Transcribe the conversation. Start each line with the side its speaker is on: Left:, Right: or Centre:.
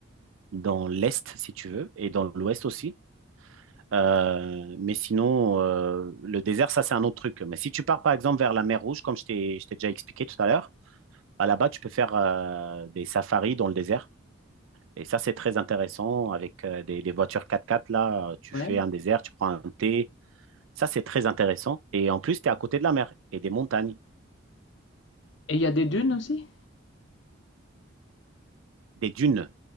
Right: dans l'est, si tu veux, et dans l'ouest aussi. Euh, mais sinon, euh, le désert, ça, c'est un autre truc. Mais si tu pars, par exemple, vers la mer Rouge, comme je t'ai, je t'ai déjà expliqué tout à l'heure, bah, là-bas, tu peux faire euh, des safaris dans le désert. Et ça, c'est très intéressant. Avec euh, des, des voitures quatre-quatre. là, euh, tu
Left: ouais
Right: fais un désert, tu prends un thé. Ça, c'est très intéressant. Et en plus, tu es à côté de la mer et des montagnes,
Left: et il y a des dunes aussi?
Right: des dunes.